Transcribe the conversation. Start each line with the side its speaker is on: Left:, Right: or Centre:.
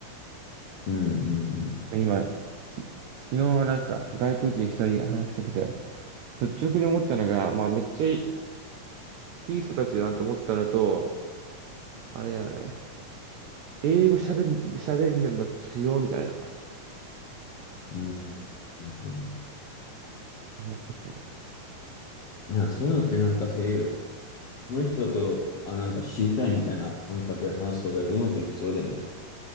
Left: うんうん
Right: 今、き昨日なんか外国人一人話しかけて、率直に思ったのが、まあめっちゃいい、いい人たちだなと思ったのと、あれだよね。英語喋る、喋れるの強いみたいな、
Left: うん。うん。
Right: 思っててね。
Left: なんかそういうのってなんかそういう、その人と、あ、なんか知りたいみたいな感覚で話す方がうまくいきそうだよね。